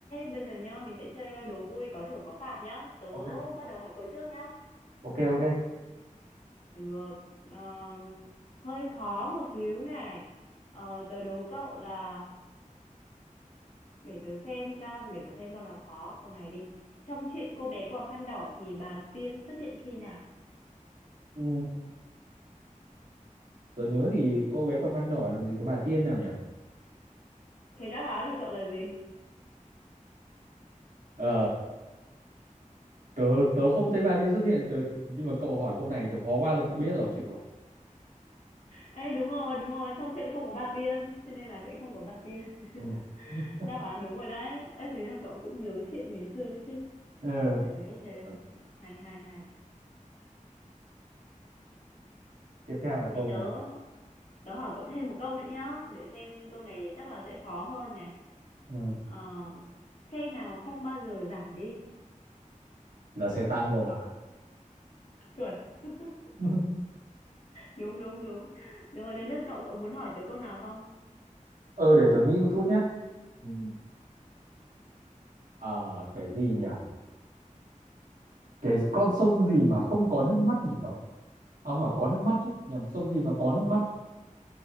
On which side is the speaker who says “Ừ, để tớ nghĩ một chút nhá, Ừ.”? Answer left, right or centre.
Right